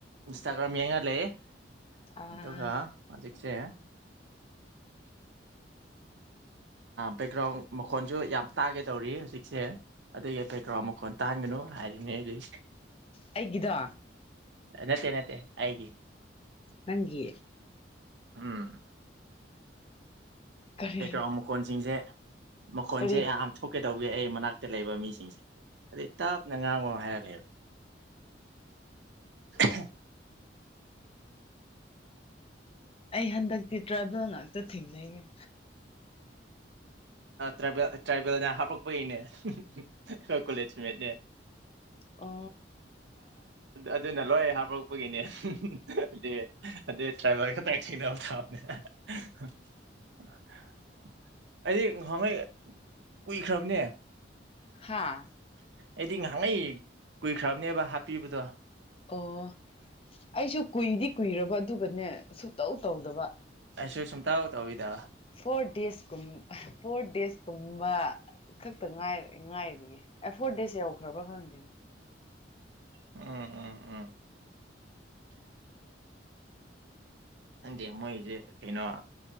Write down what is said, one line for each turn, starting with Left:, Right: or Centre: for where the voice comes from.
Right: ꯏꯟꯁꯇꯥꯒ꯭ꯔꯥꯝ ꯌꯦꯡꯉ ꯂꯩꯦ ꯑꯗꯨꯒ
Left: ꯑꯥ
Right: ꯍꯧꯖꯤꯛꯁꯦ ꯕꯦꯛꯒ꯭ꯔꯥꯎꯟ ꯃꯈꯣꯟꯜꯁꯨ ꯌꯥꯝ ꯇꯥꯒꯦꯗꯧꯔꯤ ꯍꯧꯖꯤꯛꯁꯦ ꯑꯗꯨꯒꯤ ꯕꯦꯛꯒ꯭ꯔꯥꯎꯟ ꯃꯈꯣꯟ ꯇꯥꯡꯒꯅꯨ ꯍꯥꯏꯔꯤꯅꯦ ꯑꯗꯨꯛ
Left: ꯑꯩꯒꯤꯗꯣ
Right: ꯅꯠꯇꯦ ꯅꯠꯇ ꯑꯩꯒꯤꯦ
Left: ꯅꯪꯒꯤ
Right: ꯎꯝ
Left: ꯀꯔꯤ
Right: ꯕꯦꯛꯒ꯭ꯔꯥꯎꯟ ꯃꯈꯣꯟꯁꯤꯡꯁꯦ ꯃꯈꯣꯟꯁꯦ
Left: ꯀꯔꯤ
Right: ꯌꯥꯝ ꯊꯣꯛ ꯀꯩꯗꯧꯒꯦ ꯑꯩ ꯃꯅꯥꯛꯇ ꯂꯩꯕ ꯃꯤꯁꯤꯡꯁꯦ ꯑꯗꯩ ꯇꯥꯞꯅ ꯉꯥꯡꯉꯣ ꯍꯥꯏꯔꯛꯂꯦꯕ <unintelligible> <inaudible>
Left: ꯑꯩ ꯍꯟꯗꯛꯇꯤ ꯇ꯭ꯔꯥꯚꯦꯜ ꯉꯥꯛꯇ ꯊꯦꯡꯅꯩꯌꯦꯦ
Right: ꯇ꯭ꯔꯥꯏꯕꯦꯜ ꯇ꯭ꯔꯥꯏꯕꯦꯜꯅ ꯍꯥꯞꯄꯛꯄꯒꯤꯅꯦ ꯑꯩꯣꯏ ꯀꯣꯂꯦꯖꯃꯦꯠꯅꯦ
Left: ꯑ
Right: ꯑꯗꯨꯅ ꯂꯣꯏ ꯍꯥꯞꯣꯔꯛꯄꯒꯤꯅꯦ ꯑꯗꯦ ꯑꯗꯦ ꯇ꯭ꯔꯥꯏꯚꯔ ꯇꯥꯏ ꯊꯦꯡꯅꯅꯕꯣ ꯊꯝꯅꯦ <unintelligible> <inaudible> ꯑꯩꯁ ꯉꯍꯥꯟꯉꯩ ꯀꯨꯏꯈ꯭ꯔꯕꯅꯦ
Left: ꯍꯥꯥ
Right: ꯑꯩꯗꯤ ꯉꯍꯥꯛꯅꯩ ꯀꯨꯏꯈ꯭ꯔꯕꯅꯦꯕ ꯍꯥꯞꯄꯤꯕꯗꯣ
Left: ꯑꯣ ꯑꯩꯁꯨ ꯀꯨꯏꯗꯤ ꯀꯨꯏꯔꯕ ꯑꯗꯨꯒꯅꯦ ꯁ ꯇꯧ ꯇꯧꯗꯕ
Right: ꯑꯩꯁꯨ ꯁꯨꯝꯇꯧ ꯇꯧꯋꯤꯗ
Left: ꯐꯔ ꯗꯦꯁ ꯀꯨꯝ ꯐꯔꯦꯁ ꯀꯨꯝꯕ ꯈꯛꯇ ꯉꯥꯏ ꯉꯥꯏꯔꯤꯌꯦꯦ ꯑꯦ ꯐꯣꯔ ꯗꯦꯖ ꯌꯧꯈ꯭ꯔꯕ꯭ꯔꯥ ꯈꯪꯗꯦꯅꯦ
Right: ꯎꯝ ꯎꯝ ꯎꯝ ꯑꯗꯤ ꯃꯣꯏꯁꯦ ꯀꯩꯅꯣ